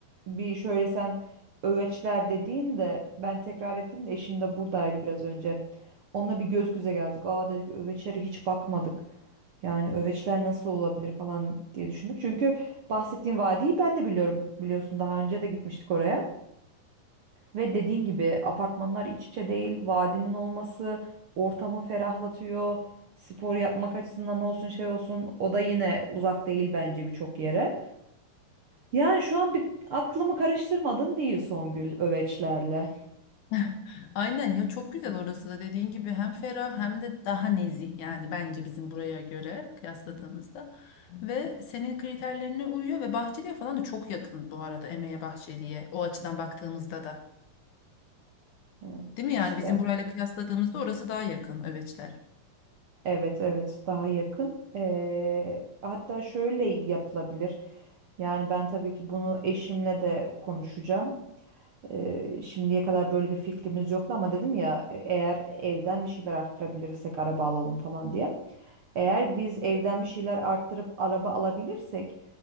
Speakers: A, on the right; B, on the left.
A: bir şöyle sen öveçler dediğin de ben tekrar ettim de eşim de buradaydı biraz önce. Onunla bir göz göze geldik. Aa dedik öveçlere hiç bakmadık. Yani öveçler nasıl olabilir falan diye düşündük. Çünkü bahsettiğim vadiyi ben de biliyorum. Biliyorsun daha önce de gitmiştik oraya. Ve dediğin gibi apartmanlar iç içe değil. Vadinin olması ortamı ferahlatıyor. Spor yapmak açısından olsun şey olsun. O da yine uzak değil bence birçok yere. Yani şu an bir aklımı karıştırmadın değil Songül öveçlerle.
B: <laughs> Aynen ya çok güzel orası da dediğin gibi hem ferah hem de daha nezih yani bence bizim buraya göre kıyasladığımızda ve senin kriterlerine uyuyor ve Bahçeli'ye falan da çok yakın bu arada Emeğe Bahçeli'ye o açıdan baktığımızda da
A: Hı,
B: değil mi
A: işte.
B: yani bizim burayla kıyasladığımızda orası daha yakın Öveçler.
A: Evet evet daha yakın. Ee, hatta şöyle yapılabilir. Yani ben tabii ki bunu eşimle de konuşacağım. Ee, şimdiye kadar böyle bir fikrimiz yoktu ama dedim ya e, eğer evden bir şeyler arttırabilirsek araba alalım falan diye. Eğer biz evden bir şeyler arttırıp araba alabilirsek